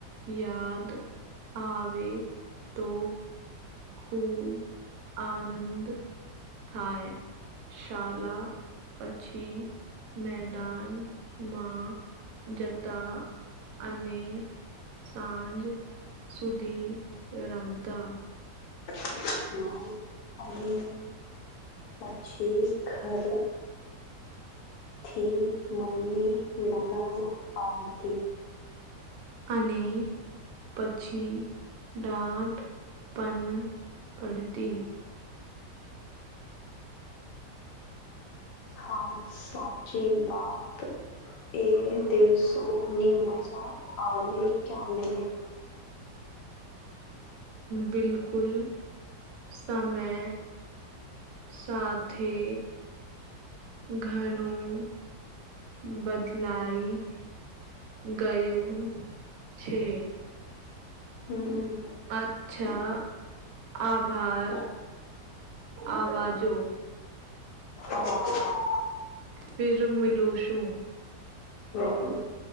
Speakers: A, on the right; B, on the left.
A: યાદ આવે તો ખૂબ આનંદ થાય શાલા પછી મેદાનમાં જતા અને સાંજ સુધી રમતા
B: <unintelligible> અને પછી ઘર થી મમ્મી બોલવા આવતી.
A: અને પછી દાટ પણ પડતી.
B: હા સાચી વાત. એ દિવસોની મજા અવે ક્યા
A: બિલકુલ સમય સાથ એ ઘણું બદલાય ગયું છે.
B: હમ્મ.
A: અચ્છા
B: હા
A: આભાર આવજો.
B: હા
A: ફિર મિલુ શું.
B: <unintelligible>